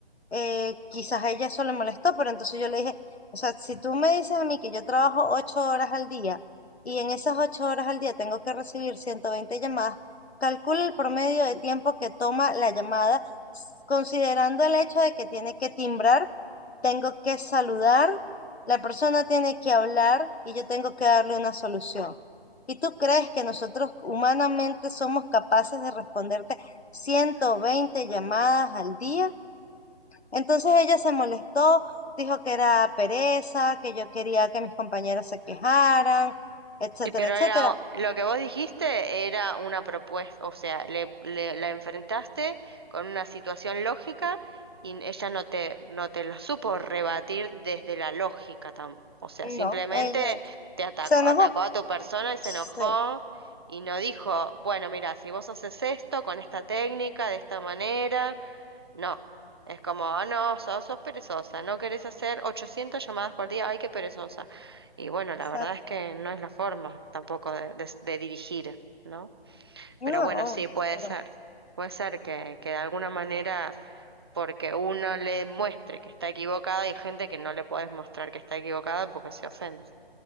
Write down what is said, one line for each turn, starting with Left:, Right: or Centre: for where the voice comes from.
Left: eh, quizás a ella eso le molestó, pero entonces yo le dije, o sea, si tú me dices a mí que yo trabajo ocho horas al día y en esas ocho horas al día tengo que recibir 120 llamadas, calcula el promedio de tiempo que toma la llamada, s- considerando el hecho de que tiene que timbrar, tengo que saludar, la persona tiene que hablar y yo tengo que darle una solución. ¿Y tú crees que nosotros humanamente somos capaces de responderte 120 llamadas al día? Entonces ella se molestó, dijo que era pereza, que yo quería que mis compañeros se quejaran, etcétera,
Right: Y pero
Left: etcétera.
Right: era, o- lo que vos dijiste era una propuesta, o sea, le, le- la enfrentaste con una situación lógica y n- ella no te, no te lo supo rebatir desde la lógica, tam- o sea,
Left: No,
Right: simplemente
Left: ella
Right: te atacó,
Left: se enojó.
Right: atacó a tu persona y se
Left: Sí,
Right: enojó y no dijo, bueno, mira, si vos haces esto con esta técnica, de esta manera. No, es como, ah, no, sos, sos perezosa, no querés hacer 800 llamadas por día, ay, qué perezosa. Y bueno,
Left: exacto.
Right: la verdad es que no es la forma tampoco de, de- de dirigir, ¿no?
Left: No,
Right: Pero bueno, sí, puede
Left: pero
Right: ser, puede ser que, que de alguna manera, porque uno le muestre que está equivocada, hay gente que no le puedes mostrar que está equivocada porque se ofende.